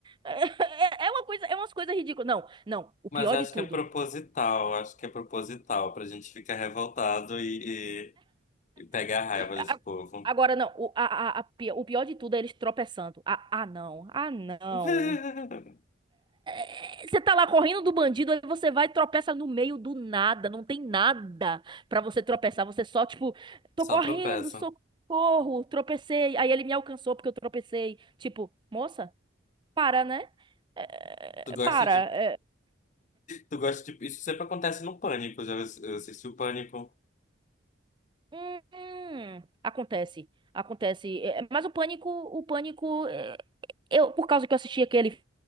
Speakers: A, on the right (about 25°); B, on the left (about 35°).
A: É, é uma coisa, é umas coisas ridículas. Não, não. O
B: Mas
A: pior
B: acho
A: de tudo.
B: que é proposital, acho que é proposital pra gente ficar revoltado e, e, e pegar a raiva desse
A: a-
B: povo.
A: Agora, não. O, a, a, a pi- o pior de tudo é eles tropeçando. Ah, ah, não. Ah, não.
B: <laughs>
A: É, Você tá lá correndo do bandido, aí você vai e tropeça no meio do nada. Não tem nada pra você tropeçar. Você só, tipo,
B: Só
A: tô correndo,
B: tropeça.
A: socorro, tropecei. Aí ele me alcançou porque eu tropecei. Tipo, moça, para, né? É,
B: Tu gosta
A: é, para.
B: de,
A: é.
B: tu gosta de, isso sempre acontece no Pânico, já assi- eu assisti o Pânico,
A: Hum, acontece, acontece. É, é, Mas o pânico, o pânico, é, eu por causa que eu assisti aquele,